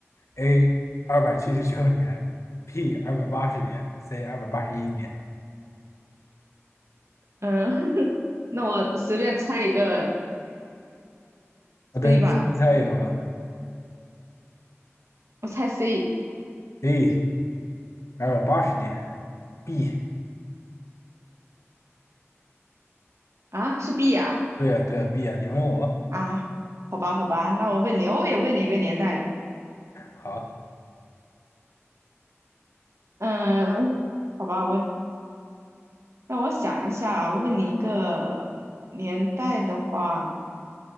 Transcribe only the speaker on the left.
？A. 二百七十九年，B. 二百八十年，C. 二百八十一年。
那等于随便猜一个吧。
A. 二百八十年，B。
对呀，对呀，B 呀，你问我，
好。